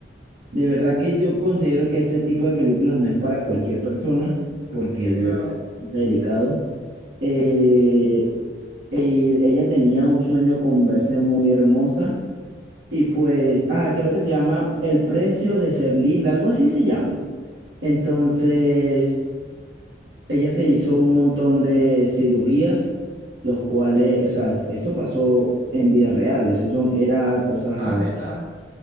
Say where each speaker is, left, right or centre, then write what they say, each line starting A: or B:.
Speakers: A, on the right (about 70°); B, on the right (about 55°).
A: De verdad que yo considero que ese tipo de películas no es para cualquier persona, porque
B: Sí,
A: de
B: claro.
A: verdad es delicado. Eh, eh, ella tenía un sueño con verse muy hermosa y pues, ah, creo que se llama El precio de ser linda, algo así se llama. Entonces, ella se hizo un montón de cirugías, los cuales, o sea, eso pasó en vida real, eso son, era cosas a
B: Ah,
A: base
B: neta.